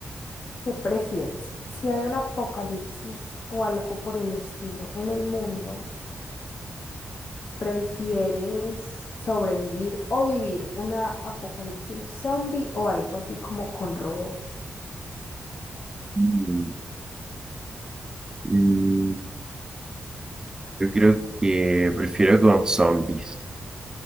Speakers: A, on the left; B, on the right.
A: ¿qué prefieres? Si hay un apocalipsis o algo por el estilo en el mundo, ¿Prefieres sobrevivir o vivir una apocalipsis zombie o algo así como con robots?
B: Mm, Mm, Yo creo que prefiero con zombies.